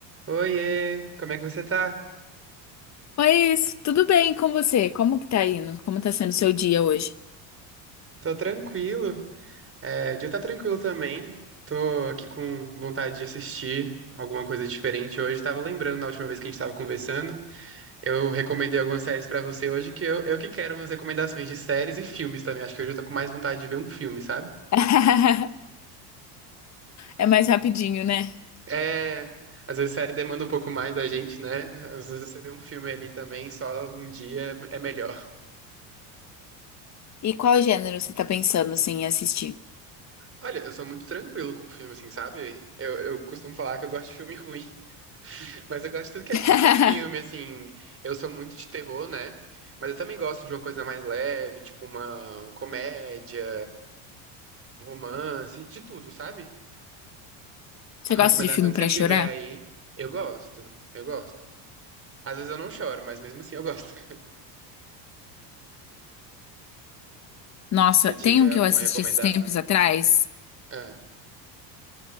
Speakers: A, on the right (about 25°); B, on the left (about 35°).
A: Oiê, como é que você tá?
B: Oi, isso. Tudo bem com você? Como que tá indo? Como tá sendo o seu dia hoje?
A: Tô tranquilo. É, o dia tá tranquilo também. Tô aqui com vontade de assistir alguma coisa diferente hoje. Tava lembrando na última vez que a gente tava conversando. Eu recomendei algumas séries pra você hoje, que eu, eu que quero umas recomendações de séries e filmes também. Acho que hoje eu tô com mais vontade de ver um filme, sabe?
B: <laughs> É mais rapidinho, né?
A: É, às vezes série demanda um pouco mais da gente, né? Às vezes você vê um filme ali também, só um dia é é melhor. <laughs>
B: E qual gênero você tá pensando assim em assistir?
A: Olha, eu sou muito tranquilo com filme, assim, sabe? Eu, eu costumo falar que eu gosto de filme <laughs> ruim. Mas eu gosto de tudo que
B: <laughs>
A: é tipo de filme, assim. Eu sou muito de terror, né? Mas eu também gosto de uma coisa mais leve, tipo uma uma comédia, um romance, de tudo, sabe?
B: Você
A: Com
B: gosta
A: recomendação
B: de filme
A: que
B: pra
A: você tiver
B: chorar?
A: aí, eu gosto. Eu gosto. Às vezes eu não choro, mas mesmo assim eu gosto. <laughs>
B: Nossa,
A: Se
B: tem
A: tiver
B: um que
A: alguma
B: eu assisti
A: recomendação.
B: esses tempos atrás.
A: Ah,